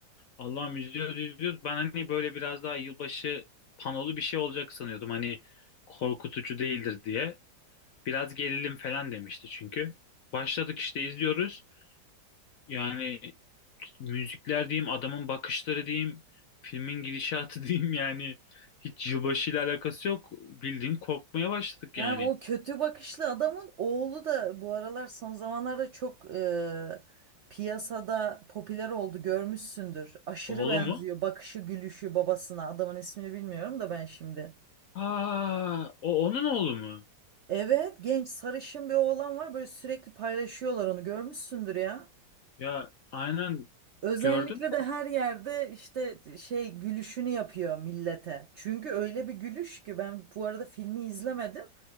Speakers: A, on the left; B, on the right.
A: Allah'ım izliyoruz izliyoruz. Ben hani böyle biraz daha yılbaşı panolu bir şey olacak sanıyordum. Hani korkutucu değildir diye. Biraz gerilim falan demişti çünkü. Başladık işte izliyoruz. Yani müzikler diyeyim, adamın bakışları diyeyim, filmin gidişatı <laughs> diyeyim yani hiç yılbaşıyla alakası yok. Bildiğin korkmaya başladık yani.
B: Ha, o kötü bakışlı adamın oğlu da bu aralar son zamanlarda çok e, piyasada popüler oldu görmüşsündür. Aşırı
A: Oğlu
B: benziyor
A: mu?
B: bakışı gülüşü babasına adamın ismini bilmiyorum da ben şimdi.
A: Aa, o onun oğlu mu?
B: Evet genç sarışın bir oğlan var böyle sürekli paylaşıyorlar onu görmüşsündür ya.
A: Ya aynen
B: Özellikle
A: gördüm.
B: de her yerde işte şey gülüşünü yapıyor millete. Çünkü öyle bir gülüş ki ben bu arada filmi izlemedim.